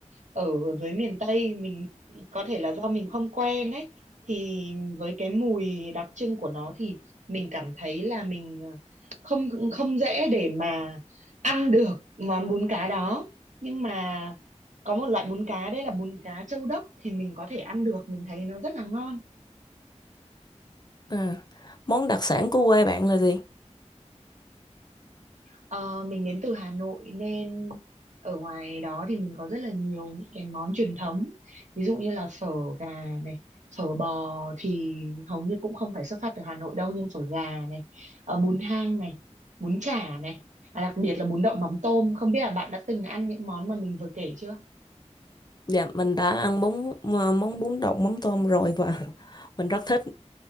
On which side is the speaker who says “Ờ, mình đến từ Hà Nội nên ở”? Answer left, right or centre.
Right